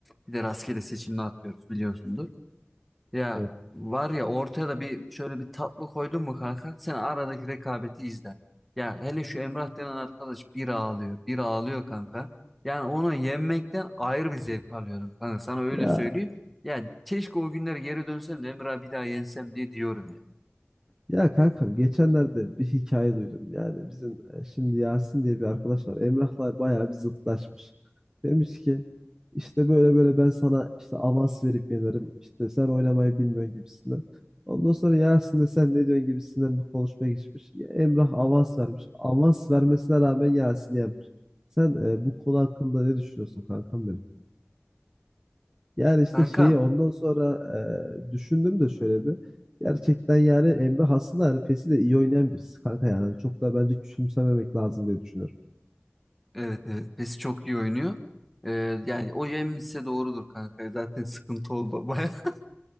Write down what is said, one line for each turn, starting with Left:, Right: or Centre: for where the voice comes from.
Centre: Bir de rastgele seçimle atlıyoruz biliyorsundur. Ya
Right: evet.
Centre: var ya ortaya da bir şöyle bir tatlı koydun mu kanka sen aradaki rekabeti izle. Ya hele şu Emrah denen arkadaş bir ağlıyor bir ağlıyor kanka. Yani onu yenmekten ayrı bir zevk alıyorum kanka sana öyle
Right: Ya
Centre: söyleyeyim. Ya keşke o günler geri dönsem de Emrah'ı bir daha yensem diye diyorum ya.
Right: Ya kankam geçenlerde bir hikaye duydum. Yani bizim e, şimdi Yasin diye bir arkadaş var. Emrah'la bayağı bir zıtlaşmış. Demiş ki işte böyle böyle ben sana işte avans verip yenerim. İşte sen oynamayı bilmiyorsun gibisinden. Ondan sonra Yasin de sen ne diyorsun gibisinden bir konuşma geçmiş. Ya Emrah avans vermiş. Avans vermesine rağmen Yasin yenmiş. Sen e, bu konu hakkında ne düşünüyorsun kankam benim? Yani işte
Centre: Kanka
Right: şeyi ondan sonra e, düşündüm de şöyle bir. Gerçekten yani Emre aslında hani PES'i de iyi oynayan birisi kanka yani. Hani Çok da bence küçümsememek lazım diye düşünüyorum.
Centre: evet evet pesi çok iyi oynuyor. Ee, yani o yenmişse doğrudur kanka zaten sıkıntı oldu baya. <laughs>